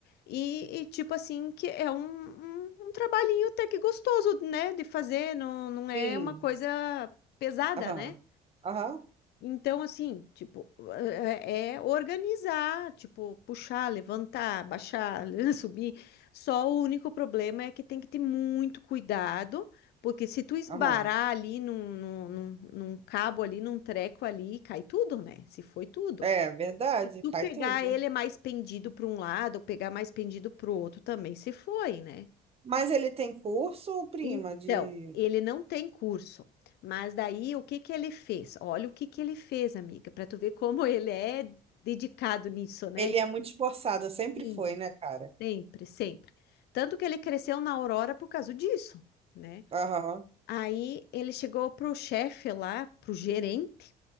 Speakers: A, on the left; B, on the right.
A: E, e, tipo assim, que é um, um, um trabalhinho até que gostoso, né? De fazer, não, não é
B: Sim.
A: uma coisa pesada,
B: Aham.
A: né?
B: Aham.
A: Então, assim, tipo, é é é organizar, tipo, puxar, levantar, baixar, <laughs> subir. Só o único problema é que tem que ter muito cuidado, porque se tu esbarar
B: Aham.
A: ali num, num, num, num cabo ali, num treco ali, cai tudo, né? Se foi tudo.
B: É verdade,
A: Se tu
B: cai
A: pegar
B: tudo.
A: ele mais pendido para um lado, ou pegar mais pendido para o outro também, se foi, né?
B: Mas ele tem curso, prima,
A: Então,
B: de.
A: ele não tem curso, mas daí o que que ele fez? Olha o que que ele fez, amiga, para tu ver como ele é dedicado nisso, né?
B: Ele é muito esforçado, sempre
A: Isso.
B: foi, né, cara?
A: Sempre, sempre. Tanto que ele cresceu na Aurora por causa disso, né?
B: Aham.
A: Aí ele chegou pro chefe lá, pro gerente,